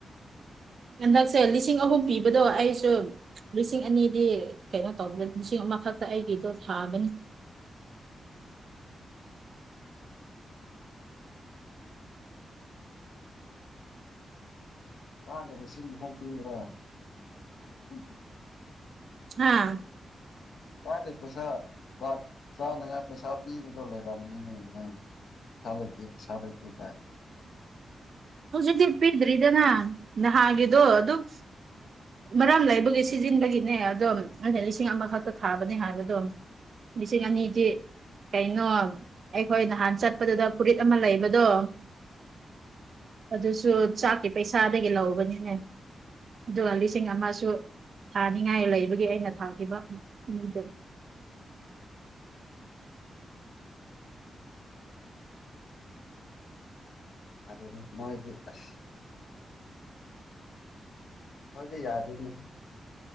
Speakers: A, on the right; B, on the left.
A: ꯍꯟꯗꯛꯁꯦ ꯂꯤꯁꯤꯡ ꯑꯍꯨꯝ ꯄꯤꯕꯗꯣ ꯑꯩꯁꯨ ꯂꯤꯁꯤꯡ ꯑꯅꯤꯗꯤ ꯀꯩꯅꯣ ꯇꯧꯕ ꯂꯤꯁꯤꯡ ꯑꯃꯈꯛꯇ ꯑꯩꯒꯤꯗꯣ ꯊꯥꯕꯅꯤ
B: <unintelligible>
A: ꯍꯥꯥ
B: ꯀꯥꯏꯗꯩ ꯄꯩꯁꯥ ꯄꯥꯠ ꯆꯥꯅꯉꯥꯏ ꯄꯩꯁꯥ ꯄꯤꯕꯗꯣ ꯂꯩꯔꯝꯃꯤꯅꯦ ꯅꯪ ꯄꯩꯁꯥ ꯂꯩꯇꯦ ꯄꯩꯁꯥ ꯂꯩꯇꯦ ꯀꯥꯏꯅ
A: ꯍꯧꯖꯤꯛꯇꯤ ꯄꯤꯗ꯭ꯔꯤꯗꯅ ꯅꯍꯥꯟꯒꯤꯗꯣ ꯑꯗꯨꯝ ꯃꯔꯝ ꯂꯩꯕꯒꯤ ꯁꯤꯖꯤꯟꯕꯒꯤꯅꯦ ꯑꯗꯨꯝ ꯑꯩꯅ ꯂꯤꯁꯤꯡ ꯑꯃꯈꯛꯇ ꯊꯥꯕꯅꯦ ꯍꯥꯏꯕꯗꯣ ꯂꯤꯁꯤꯡ ꯑꯅꯤꯗꯤ ꯀꯩꯅꯣ ꯑꯩꯈꯣꯏ ꯅꯍꯥꯟ ꯆꯠꯄꯗꯨꯗ ꯐꯨꯔꯤꯠ ꯑꯃ ꯂꯩꯕꯗꯣ ꯑꯗꯨꯁꯨ ꯆꯥꯛꯀꯤ ꯄꯩꯁꯥꯗꯒꯤ ꯂꯧꯕꯅꯤꯅꯦ ꯑꯗꯨꯒ ꯂꯤꯁꯤꯡ ꯑꯃꯁꯨ ꯊꯥꯅꯤꯉꯥꯏ ꯂꯩꯕꯒꯤ ꯑꯩꯅ ꯊꯥꯈꯤꯕ ꯃꯤꯗꯨ
B: ꯑꯗꯨꯅꯤ ꯃꯣꯏꯗꯤ ꯑꯁ ꯍꯣꯏꯗꯤ ꯌꯥꯗꯦꯅꯦꯍꯦ